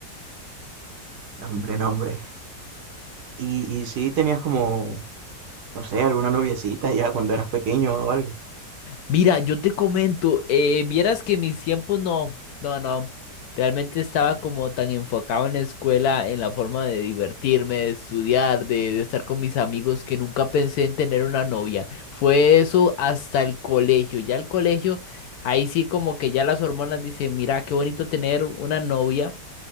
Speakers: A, on the right (about 65°); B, on the left (about 70°).
A: No, hombre, no, hombre. Y, y sí tenías como, no sé, alguna noviecita ya cuando eras pequeño o algo.
B: Mira, yo te comento, eh, vieras que mis tiempos no, no, no, realmente estaba como tan enfocado en la escuela, en la forma de divertirme, de estudiar, de, de estar con mis amigos, que nunca pensé en tener una novia. Fue eso hasta el colegio, ya el colegio, ahí sí como que ya las hormonas dicen, mira, qué bonito tener una novia.